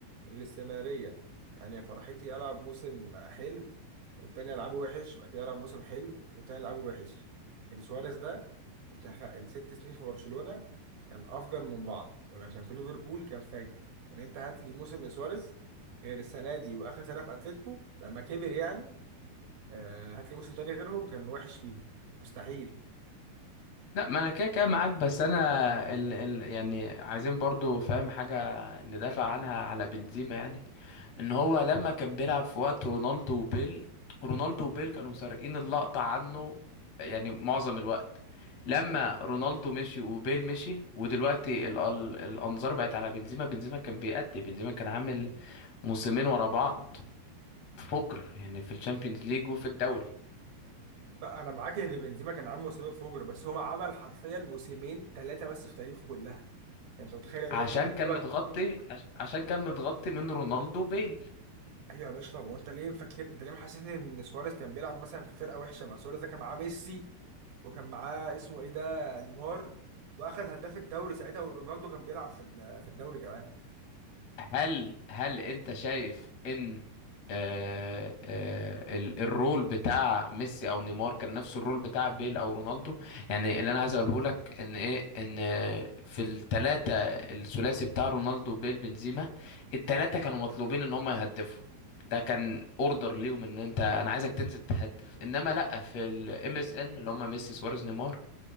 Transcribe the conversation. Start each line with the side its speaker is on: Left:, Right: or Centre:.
Right: الاستمراريه يعني يا فرحتي العب موسم حلو والتاني العبه وحش بعد كده العب موسم حلو والتاني العبه وحش لكن سواريز ده دخل الست سنين في برشلونه كان افجر من بعض ولما كان في ليفربول كان فاجر يعني انت هات لي موسم لسواريز غير السنه دي واخر سنه في اتلتيكو لما كبر يعني آه، هات لي موسم تاني غيرهم كان وحش فيهم مستحيل
Left: لا ما انا كده كده معاك بس انا ال ال يعني عايزين برضو فاهم حاجه ندافع عنها على بنزيما يعني ان هو لما كان بيلعب في وقت رونالدو وبيل رونالدو وبيل كانوا سارقين اللقطه عنه يعني معظم الوقت لما رونالدو مشي وبيل مشي ودلوقتي ال ال الانظار بقت على بنزيما بنزيما كان بيأدي بنزيما كان عامل موسمين ورا بعض فجر يعني في الشامبيونز ليج وفي الدوري
Right: لا انا معاك ان بنزيما كان عامل موسمين فجر بس هو عمل حرفيا موسمين ثلاثه بس في تاريخه كلها يعني انت متخيل يعني
Left: عشان
Right: ايه لعيب
Left: كان
Right: كورة
Left: متغطي
Right: كتير؟
Left: عش- عشان كان متغطي من رونالدو وبيل
Right: ايوه يا باشا طب هو انت ليه مفكر انت ليه محسسني ان سواريز كان بيلعب مثلا في فرقه وحشه مع سواريز ده كان معاه ميسي وكان معاه اسمه ايه ده نيمار واخد هداف الدوري ساعتها ورونالدو كان بيلعب في ال- في الدوري كمان
Left: هل هل انت شايف ان آه آه ال- الرول بتاع ميسي او نيمار كان نفس الرول بتاع بيل او رونالدو يعني اللي انا عايز اقوله لك ان ايه ان آه، في الثلاثه الثلاثي بتاع رونالدو بيل بنزيما الثلاثه كانوا مطلوبين ان هم يهدفوا ده كان اوردر ليهم ان انت انا عايزك تنزل تهدف انما لا في الام اس ان اللي هم ميسي سواريز نيمار